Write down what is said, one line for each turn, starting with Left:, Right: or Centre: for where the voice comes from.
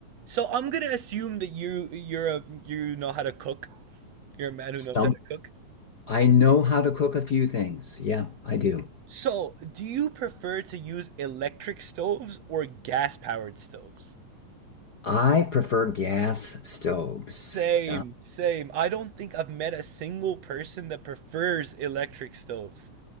Right: So I'm gonna assume that you you're a you know how to cook. You're a man who
Left: Some
Right: knows how to cook.
Left: I know how to cook a few things. Yeah, I do.
Right: So do you prefer to use electric stoves or gas powered stoves?
Left: I prefer gas stoves.
Right: Same,
Left: Uh,
Right: same. I don't think I've met a single person that prefers electric stoves.